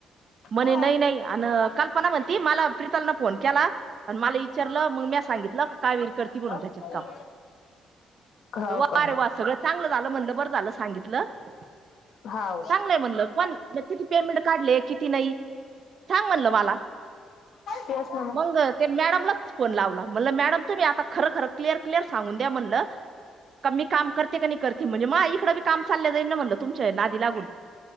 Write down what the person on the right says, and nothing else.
म्हणे
नाही नाही आणं का मला म्हणती मला प्रितलनं फोन केला आणं मला विचारलं मंग म्या सगितंल कावेरी करती म्हणून
त्याच्यात काम तर
वा
रे वा झालं म्हटलं बर झालं सांगितंल. कुठलं
चांगलंय म्हणलं कोण किती पेमेंट काढले किती नाही सांग म्हणलं मला
मंग मॅडमलाच फोन लावला. म्हणलं मॅडम तुम्ही आता खरं खरं क्लिअर क्लिअर सागून द्या म्हणलं का मी काम करते की नाही करते. की म्हणजे मा इकड बी काम चाललं जाईन ना म्हणलं तुमच्या नादी लागून